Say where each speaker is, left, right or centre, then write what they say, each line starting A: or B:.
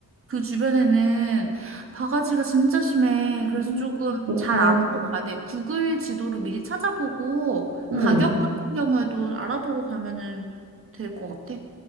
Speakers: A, on the right (about 45°); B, on the right (about 85°).
A: 그 주변에는 바가지가 진짜 심해. 그래서
B: 음,
A: 조금
B: 그렇구나.
A: 잘 알아보고 가야 돼. 구글 지도를 미리 찾아보고
B: 응,
A: 가격 같은 경우에도 알아보고 가면은 될 것 같아.